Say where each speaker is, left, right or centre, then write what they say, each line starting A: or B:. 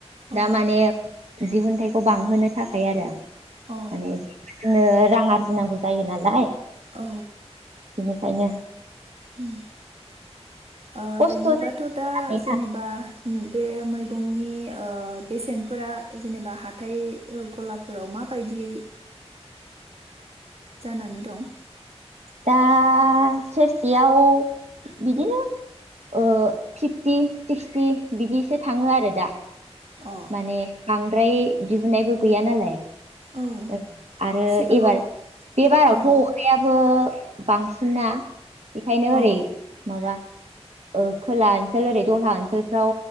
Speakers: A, on the right (about 65°); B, on the right (about 80°).
A: औ
B: दा माने दिहुनथाइखौ बांहोनो थाखाय आरो।
A: औ
B: माने जोंनो रां आरजिनांगौ जायो नालाय।
A: औ।
B: बेनिखायनो।
A: ओम ओरैनोबाथ'
B: खस्थ'
A: दा
B: जानानै
A: जेनेबा ओम बे मैगंनि नि ओ बेसेनफोरा जेनेबा हाथाय गलाफोराव मा बायदियै जानानै दं?
B: दा सेरसेयाव बिदिनो ओ फिफ्टि सिक्सटि बिदिसो थाङो आरो दा।
A: अ
B: माने बांद्राय दिहुननायबो गैया नालाय।
A: औ
B: ओ आरो
A: सिगाङाव
B: एबार बे बारावथ'
A: औ
B: अखायाबो बांसिना। बेखायनो
A: औ
B: ओरै माबा ओ खोला ओनसोल ओरै दलहा ओनसोलफ्राव